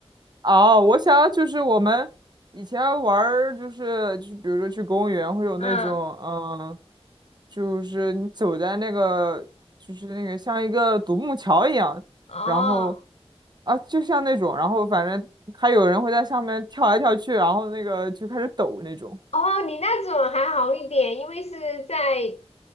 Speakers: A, on the right (about 45°); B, on the left (about 80°).
A: 哦，我想要就是我们以前玩儿，就是就是比如说去公园会有那种，
B: <laughs> 嗯，
A: 嗯，就是你走在那个就是那个像一个独木桥一样，
B: 哦。
A: 然后啊就像那种，然后反正还有人会在上面跳来跳去，然后那个就开始抖那种
B: 哦，你那种还好一点，因为是在